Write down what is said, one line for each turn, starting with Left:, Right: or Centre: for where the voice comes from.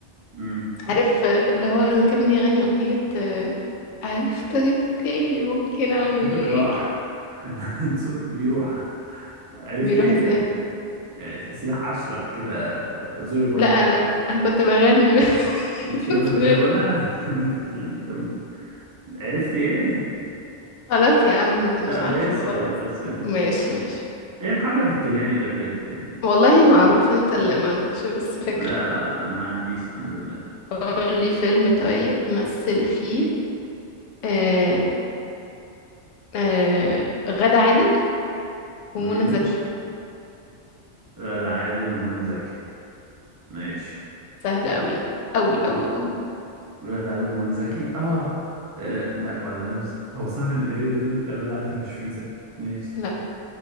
Right: مم.
Left: عارف آه، اللي هو اللي كان بيغني أغنية آه، عرفت غيب تاني ممكن أعمل
Right: صوتك
Left: إيه
Right: راح <laughs> أنت صوتك بيروح عرفت
Left: بيروح
Right: إيه؟
Left: إزاي
Right: يعني تحسيه حشرك كده زورك واجعك
Left: لا أنا أنا كنت بغني بس
Right: أنت
Left: <laughs>
Right: كده بتغنى أنت كده أنت بتغني طب أنت عرفت إيه؟
Left: خلاص يا عم أنت مش
Right: لا غير
Left: عارفه
Right: السؤال
Left: خلاص
Right: غير السؤال
Left: ماشي ماشي
Right: ايه محمد الكيلاني ده بجد يعني
Left: والله معروف أنت اللي ما عندكش بس فكرة
Right: لا لا انا ما عنديش الحمد لله
Left: قولي
Right: امم
Left: فيلم طيب مثل فيه آه، آه غادة عادل ومنى
Right: مم.
Left: زكي
Right: غادة عادل ومنى زكي ماشي
Left: سهلة قوي قوي قوي قوي
Right: غادة عادل ومنى زكي آه. اه لا ولا ده مش هو سهر الليالي ده مش... غادة عادل مش فيزا ماشي
Left: لا